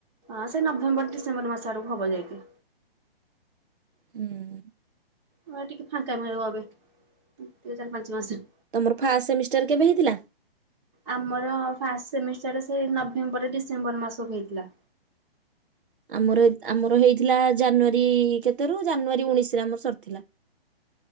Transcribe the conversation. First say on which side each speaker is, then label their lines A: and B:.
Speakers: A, on the right; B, on the right.
A: ହଁ ସେ ନଭେମ୍ବର ଡିସେମ୍ବର ମାସ ଆଡକୁ ହବ ଯାଇକି।
B: ହୁଁ।
A: ହଁ ଟିକିଏ ଫାଙ୍କା ମିଳିବ ଅବେ ଦୁଇ ଚାରି ପାଞ୍ଚ ମାସ।
B: ତମର ଫାଷ୍ଟ ସେମିଷ୍ଟର କେବେ ହେଇଥିଲା?
A: ଆମର ଫାଷ୍ଟ ସେମିଷ୍ଟାର ସେ ନଭେମ୍ବର ଡିସେମ୍ବର ମାସକୁ ହେଇଥିଲା।
B: ଆମର ଆମର ହେଇଥିଲା ଜାନୁଆରୀ କେତେ ରୁ ଜାନୁଆରୀ ଉଣେଇଶିରେ ଆମର ସରିଥିଲା।